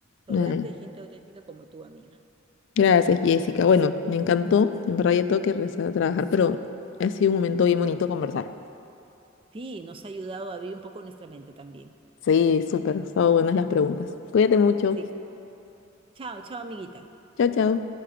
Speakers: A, on the right; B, on the left.
A: rodearte
B: Ay,
A: de gente auténtica como tú, amiga.
B: gracias, Jessica. Bueno, me encantó. En verdad ya tengo que regresar a trabajar, pero ha sido un momento bien bonito conversar.
A: Sí, nos ha ayudado a abrir un poco nuestra mente también.
B: Sí, súper. Han estado buenas las preguntas. Cuídate mucho.
A: Sí. Chao, chao, amiguita.
B: Chao, chao.